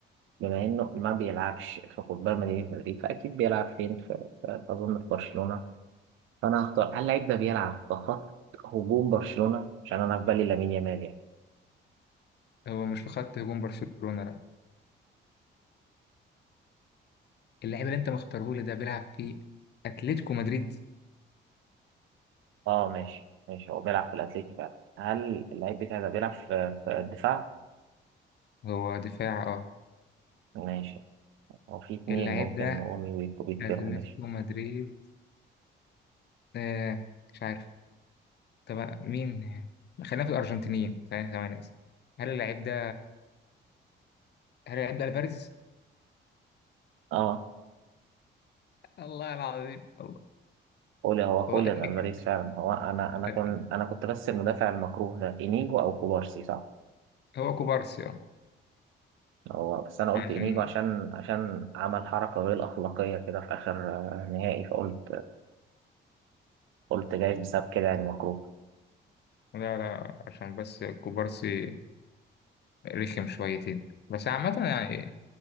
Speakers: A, on the right; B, on the left.
A: بما إنه ما بيلعبش في قطبان مدينة مدريد فأكيد بيلعب فين في في- أظن في برشلونة فأنا هختار هل اللعيب ده بيلعب في خط هجوم برشلونة عشان أنا في بالي لامين يامال يعني
B: هو مش في خط هجوم برشلونة لا اللعيب اللي انت مختاره لي ده بيلعب في اتلتيكو مدريد
A: اه ماشي ماشي هو بيلعب في الأتليتي فعلا هل اللعيب بتاعي ده بيلعب في في الدفاع؟
B: هو دفاع اه
A: ماشي هو في اتنين
B: اللعيب
A: ممكن
B: ده
A: نقول ويتكرهوا
B: اتلتيكو
A: ماشي
B: مدريد آه مش عارف طب مين خلينا في الارجنتينيين ثواني ثواني اسف هل اللعيب ده هل هيبدأ الفاريز؟
A: اه
B: الله العظيم الله
A: قول هو خوليان
B: الله اتأكد
A: الفاريز فعلا هو انا انا كنت
B: أت-
A: انا كنت بس المدافع المكروه ده انيجو او كوبارسي صح
B: هو كوبارسي اه
A: هو بس انا قلت
B: عشان
A: انيجو عشان عشان عمل حركه غير اخلاقيه كده في اخر آه، نهائي فقلت قلت جايز بسبب كده يعني مكروه
B: لا لا عشان بس كوبارسي رخم شويتين بس عامة يعني